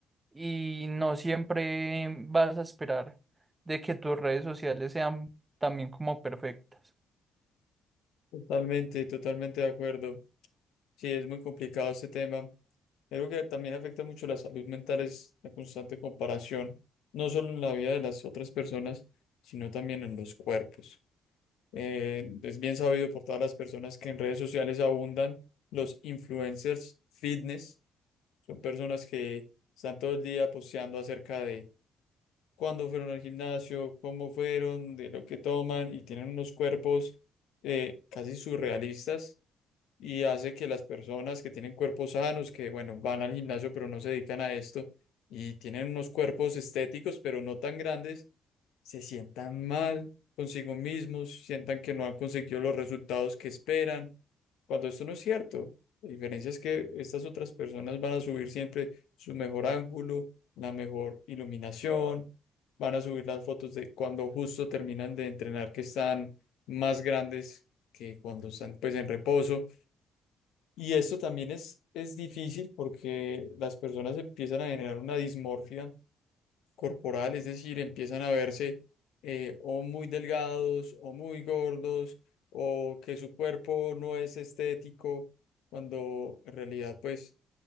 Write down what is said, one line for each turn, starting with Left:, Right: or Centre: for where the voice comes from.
Right: y no siempre vas a esperar de que tus redes sociales sean también como perfectas.
Left: Totalmente, totalmente de acuerdo. Sí, es muy complicado este tema. Algo que también afecta mucho la salud mental es la constante comparación, no solo en la vida de las otras personas, sino también en los cuerpos. Eh, es bien sabido por todas las personas que en redes sociales abundan los influencers fitness. Son personas que están todo el día posteando acerca de cuándo fueron al gimnasio, cómo fueron, de lo que toman y tienen unos cuerpos eh, casi surrealistas y hace que las personas que tienen cuerpos sanos, que bueno, van al gimnasio pero no se dedican a esto y tienen unos cuerpos estéticos pero no tan grandes, se sientan mal consigo mismos, sientan que no han conseguido los resultados que esperan, cuando esto no es cierto. La diferencia es que estas otras personas van a subir siempre su mejor ángulo, la mejor iluminación, van a subir las fotos de cuando justo terminan de entrenar que están más grandes que cuando están pues en reposo. Y esto también es, es difícil porque las personas empiezan a generar una dismorfia corporal, es decir, empiezan a verse eh, o muy delgados o muy gordos o que su cuerpo no es estético cuando en realidad pues